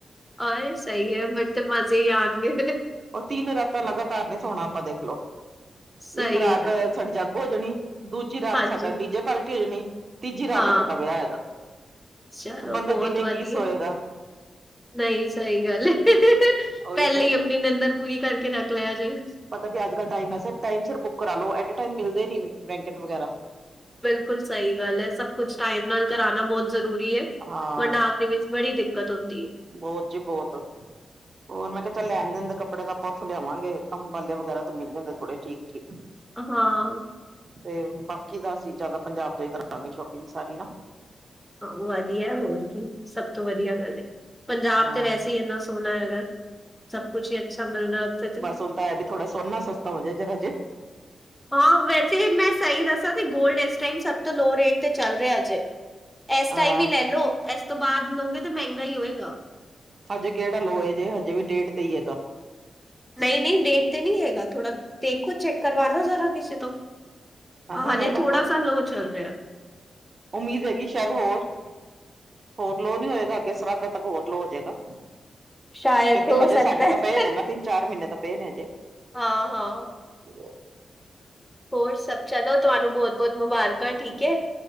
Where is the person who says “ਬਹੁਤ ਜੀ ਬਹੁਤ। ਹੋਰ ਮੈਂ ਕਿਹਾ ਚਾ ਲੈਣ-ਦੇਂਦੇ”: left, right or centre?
Right